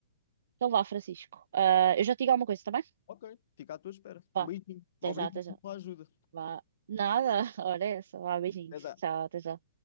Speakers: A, on the right; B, on the left.
A: Então vá, Francisco. Eh, eu já te digo alguma coisa, também?
B: Ok. fica à tua espera.
A: Vá,
B: Um beijinho,
A: até
B: obrigado
A: já, até já.
B: pela ajuda.
A: Vá. Nada, <laughs> olha essa. Vá, beijinhos.
B: Até já.
A: Tchau, até já.